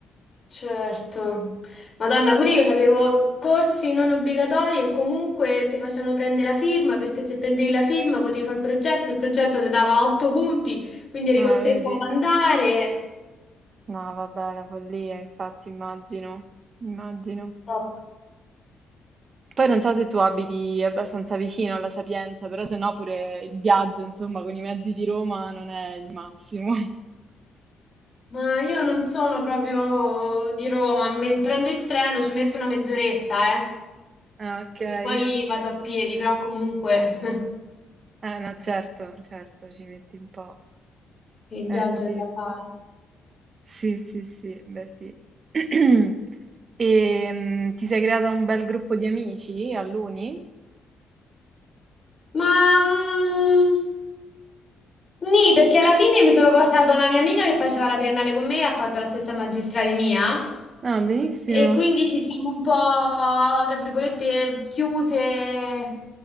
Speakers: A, on the left; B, on the right.
A: certo. Madonna, pure io avevo corsi non obbligatori e comunque ti facevano prendere la firma perché se prendevi la firma potevi fare il progetto, il progetto ti dava otto punti, quindi eri
B: Eh,
A: costretta
B: vedi?
A: ad andare.
B: No, vabbè, la follia, infatti, immagino, immagino.
A: Top.
B: Poi non so se tu abiti abbastanza vicino alla Sapienza, però se no pure il viaggio, insomma, con i mezzi di Roma non è il massimo. <laughs>
A: Ma io non sono proprio di Roma, me- prendo il treno, ci metto una mezz'oretta, eh,
B: Ah, ok. Eh,
A: e poi vado a piedi, però comunque
B: no, certo, certo, ci metti un po'.
A: <laughs> il
B: Eh,
A: viaggio
B: capisco.
A: è da fare.
B: Sì, sì, sì, beh sì. <clears throat> E mm, ti sei creata un bel gruppo di amici all'uni?
A: Ma mm, nì, perché alla fine mi sono portata una mia amica che faceva la triennale con me e ha fatto la stessa magistrale mia.
B: Ah, benissimo.
A: E quindi ci siamo un po', tra virgolette, chiuse